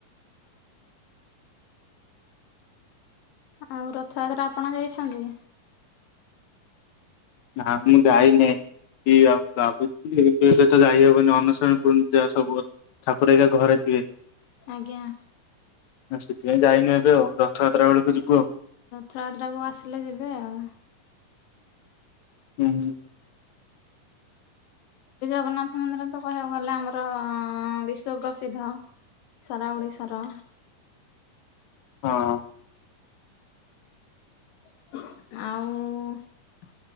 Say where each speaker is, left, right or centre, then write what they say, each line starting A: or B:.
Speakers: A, on the left; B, on the left.
A: ଆଉ ରଥଯାତ୍ରା ଆପଣ ଯାଇଛନ୍ତି?
B: ନାଁ ମୁଁ ଯାଇନି। କି ଆଉ ଭାବୁଥିଲି କିନ୍ତୁ ଏବେତ ଯାଇହବନି ଅନୁସରଣ କର ଯ ସବୁ ଅ ଠାକୁର ଏକା ଘରେ ଥିବେ।
A: ଆଜ୍ଞା
B: ନା ସେଥିପାଇଁ ଯାଇନୁ ଏବେ ଆଉ ରଥଯାତ୍ରା ବେଳକୁ ଯିବୁ ଆଉ।
A: ରଥଯାତ୍ରାକୁ ଆସିଲେ ଯିବେ ଆଉ।
B: ଉହୁଁ
A: ଶ୍ରୀଜଗନ୍ନାଥ ମନ୍ଦିର ତ କହିବାକୁ ଗଲେ ଆମର ବିଶ୍ୱ ପ୍ରସିଦ୍ଧ। ସାରା ଓଡ଼ିଶାର
B: ହଁ
A: ଆଉ